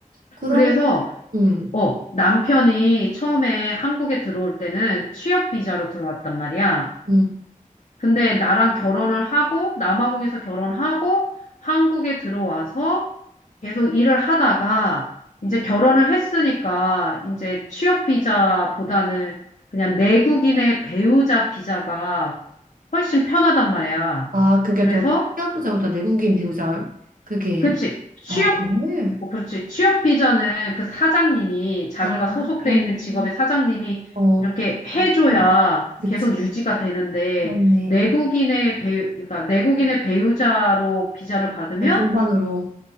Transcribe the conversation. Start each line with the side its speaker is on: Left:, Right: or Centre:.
Right: 그러면,
Left: 그래서,
Right: 음,
Left: 어, 남편이 처음에 한국에 들어올 때는 취업 비자로 들어왔단 말이야.
Right: 음.
Left: 근데 나랑 결혼을 하고 남아공에서 결혼하고 한국에 들어와서 계속 일을 하다가 이제 결혼을 했으니까 이제 취업 비자보다는 그냥 내국인의 배우자 비자가 훨씬 편하단 말이야.
Right: 아, 그게
Left: 그래서
Right: 더 취업부자보다 내국인 배우자, 그게,
Left: 그치. 취업,
Right: 아, 그래?
Left: 어, 그렇지. 취업 비자는 그 사장님이 자기가
Right: 아,
Left: 소속돼
Right: 그렇네.
Left: 있는 직업의 사장님이
Right: 어,
Left: 이렇게 해줘야
Right: 그렇네. 그치.
Left: 계속 유지가 되는데
Right: 그렇네.
Left: 내국인의 배우, 그러니까 내국인의 배우자로 비자를 받으면
Right: 그냥 동반으로.